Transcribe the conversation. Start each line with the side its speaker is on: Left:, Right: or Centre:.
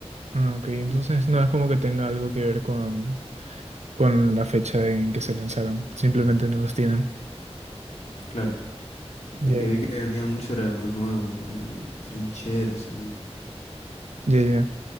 Right: Ah, ok, entonces
Left: <coughs>
Right: no es como que tenga algo que ver con, con la fecha en que se lanzaron. Simplemente no los tienen.
Left: Claro.
Right: Ya,
Left: El que
Right: ya.
Left: vi que vendía mucho era el más nuevo. eh, Trincheras, eso.
Right: Ya, ya.